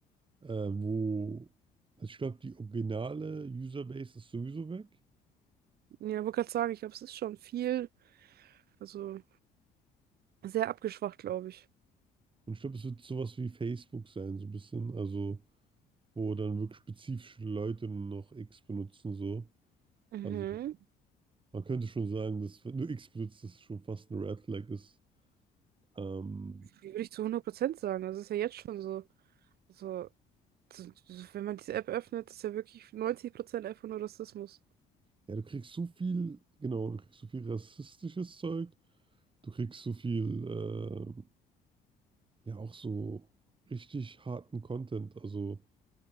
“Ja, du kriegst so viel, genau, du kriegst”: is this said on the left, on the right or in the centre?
Right